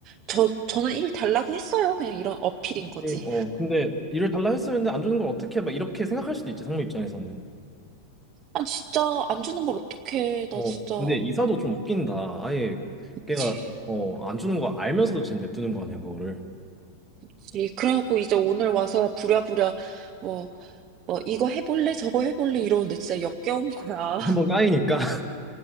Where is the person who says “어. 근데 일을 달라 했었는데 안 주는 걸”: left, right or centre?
Centre